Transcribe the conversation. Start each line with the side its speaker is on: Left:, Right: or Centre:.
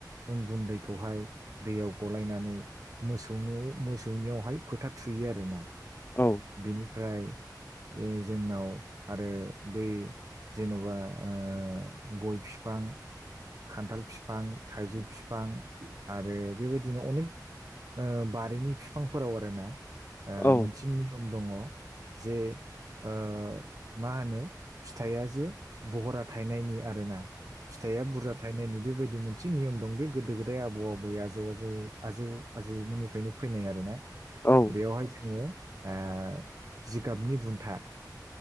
Right: उन गुन्दैखौहाय दैयाव गलायनानै मोसौ मोसौनियावहाय फोथार थुयो आरोना
Left: औ
Right: बिनिफ्राय जोंनाव आरो बै जेन'बा ओ गय बिफां खान्थाल फिफां, थाइजौ फिफां आरो बेबायदिनो अनेक बारिनि बिफांफोराव आरोना
Left: औ
Right: मोनसे ओ नियम दङ जे ओ मा होनो फिथाइया जे भहरा थाइनायनि आरोना फिथाइआ बुरजा थायनायनि बे बेबायदि मोनसे नियम दं बे गोदो गोदाय आबौ आबै आजौ आजौ आजौ आजैमोननिफ्रायनो फैनाय आरोना बेवहाय
Left: औ
Right: जोङो ओ जिगाबनि बुन्था